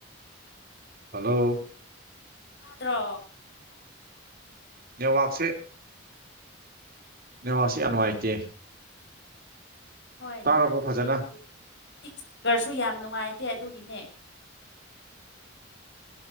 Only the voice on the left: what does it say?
ꯠꯇ꯭ꯔꯣ
ꯍꯣꯏ
ꯅꯨꯡꯉꯥꯏꯇꯦ
ꯑꯗꯨ ꯑꯩꯀꯔꯁꯨ ꯌꯥꯝ ꯅꯨꯡꯉꯥꯏꯇꯦ ꯑꯗꯨꯒꯤꯅꯦ